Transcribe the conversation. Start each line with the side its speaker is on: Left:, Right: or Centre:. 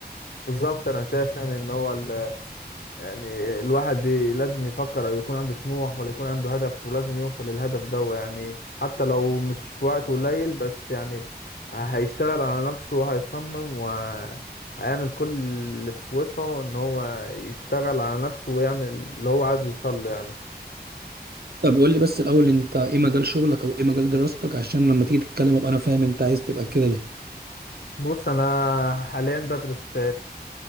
Left: بالظبط انا شايف يعني ان هو ال... يعني الواحد بي... لازم يفكر يكون عنده طموح ولا يكون عنده هدف ولازم يوصل للهدف ده يعني حتى لو مش في وقت قليل بس يعني هيشتغل على نفسه وهيصمم وهيعمل كل اللي في وسعه ان هو يشتغل على نفسه ويعمل اللي هو عايز يوصل له يعني
Right: طب قول لي بس الأول أنت إيه مجال شغلك أو إيه مجال دراستك عشان لما تيجي تتكلم أبقى أنا فاهم أنت عايز تبقى كده ليه إن
Left: بص انا حاليا بدرس في